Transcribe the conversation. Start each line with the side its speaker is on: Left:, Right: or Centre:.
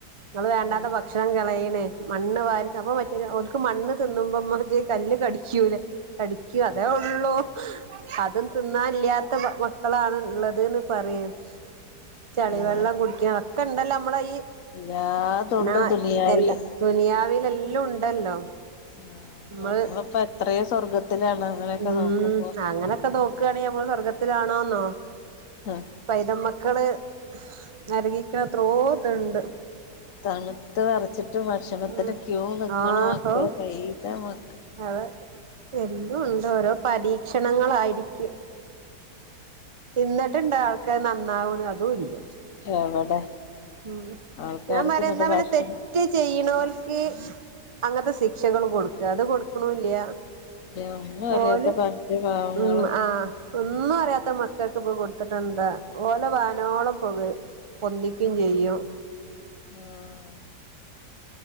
Right: ഇങ്ങൾ
Left: ആഹ്
Right: വേണ്ടാത്ത ഭക്ഷണം കളയ്ണ് മണ്ണ് വാരി അപ്പൊ മറ്റൊര് ഒൽക്ക് മണ്ണ് തിന്നുബെ മറ്റെ കല്. കല്ല് കടിക്കൂല്ലേ കടിക്കും അതേ ഒള്ളൂ. അതും തിന്നാനില്ല്യാത്ത മക്കളാണ് ഇള്ളതന്ന്. പറയും ചളിവവെള്ളം
Left: ആഹ്
Right: കുടിക്കണം ഒക്കെ ഇണ്ടല്ലോ നമ്മള ഈ.
Left: എല്ലാതുണ്ട്
Right: നാ
Left: ദുനിയാവില്
Right: എല്ല ദുനിയാവില് എല്ലാം ഉണ്ടല്ലോ.
Left: ആഹ്
Right: നമ്മള്
Left: നമ്മളപ്പോ എത്രെയേ സ്വർഗത്തിലാണ്. അങ്ങനെയൊക്കെ
Right: ഉം
Left: നോക്കുമ്പോ
Right: അങ്ങനൊക്കെ നോക്കാണേൽ അമ്മള് സ്വർഗ്ഗത്തിലാണോന്നോ.
Left: ആഹ്
Right: പൈത മക്കള് നരകിക്കണത്രോ ഇതുണ്ട്.
Left: തണുത്ത് വെറച്ചിട്ട് ഭക്ഷണത്തിന്
Right: ഉം
Left: ക്യൂ നിക്കണ
Right: ആഹ്
Left: മക്കള്
Right: ഹോ
Left: പൈതമ
Right: അതെ ഇപ്പൊ എല്ലും ഉണ്ട് ഓരോ പരീക്ഷണങ്ങളായിരിക്കും. ഇന്നിട്ട് ഇണ്ടോ ആൾക്കാര് നന്നാവ്ണ് അതും ഇല്ല.
Left: എവിടെ.
Right: ഉം
Left: ആൾക്കാർക്ക്
Right: ഞാൻ പറയാ
Left: എന്നിട്ട്
Right: ഇന്നാ പിന്നെ
Left: ഭക്ഷണം
Right: തെറ്റ് ചെയ്യ്ണ്ണോൽക്ക്. അങ്ങത്തെ സിക്ശകള് കൊടുക്ക അത് കൊടുക്കണ്ണൂല്യ.
Left: ഇല്ല ഒന്നും അറിയാത്ത
Right: ഓൽ
Left: പഞ്ചപാവങ്ങള്
Right: മ്മ് ആഹ് ഒന്നും ഒന്നും അറിയാത്ത മക്കൾക്ക് ഇപ്പം കൊടുത്തിട്ട് എന്താ ഓലെ വാനോളം പുകഴ് പൊ ക്കിങ് ചെയ്യും
Left: ആഹ്